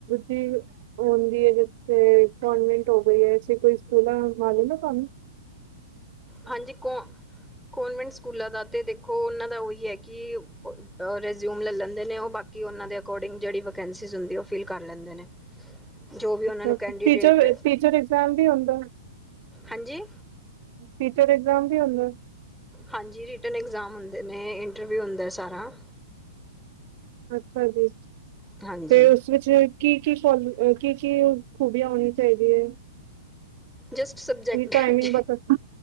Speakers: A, on the right; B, in the centre.
A: ਜਿ ਹੁੰਦੀ ਏ, ਜਿੱਸਤੇ ਕੋਨਵੈਂਟ ਹੋ ਗਈ ਐਸੀੇ ਕੋਈ ਸਕੂਲਾਂ ਮੋਲੂਮ ਏ ਤੁਆਨੂੰ?
B: ਹਾਂਜੀ, ਕੌ ਕਨਵੈਂਟ ਸਕੂਲਾਂ ਦਾ ਤੇ ਦੇਖੋ ਉਨਾਂ ਦਾ ਉਈ ਏ ਕਿ ਰਜਿਊਮ ਲੈ ਲੈਂਦੇ ਨੇ ਉਹ ਬਾਕੀ ਕਿ ਉਨਾਂ ਦੇ ਅਕੋਰਡਿੰਗ ਜੇੜੀ ਵਕੇਨਿਸੀਜ ਹੁੰਦੀ ਉ ਫਿਲ ਕਰ ਲੈਂਦੇ ਨੇ। ਜੋ ਵੀ ਉਹਨਾਂ
A: ਅ
B: ਨੂੰ ਕੈਂਡੀਡੇਟ
A: ਟੀਚਰ, ਟੀਚਰ ਇਗਜਾਮ ਵੀ ਹੁੰਦਾ।
B: ਹਾਂਜੀ!
A: ਟੀਚਰ ਐਗਜ਼ਾਮ ਵੀ ਹੁੰਦਾ।
B: ਹਾਂਜੀ ਰਿਟਰਨ ਐਗਜ਼ਾਮ ਹੁੰਦੇ ਨੇ, ਇੰਟਰਵਿਊ ਹੁੰਦਾ ਸਾਰਾ।
A: ਅੱਛਾ ਜੀ
B: ਹਾਂਜੀ
A: ਤੇ ਉਸ ਵਿੱਚ ਕੀ- ਕੀ ਫੋਲ ਅ ਕੀ, ਕੀ ਖੂਬੀਆ ਹੋਣੀਆ ਚਾਹੀਦੀਆ ਏ।
B: ਜਸਟ ਸਬਜੈਕਟ
A: ਟਾਈਮਿੰਗ
B: ਜ
A: ਬਤਾ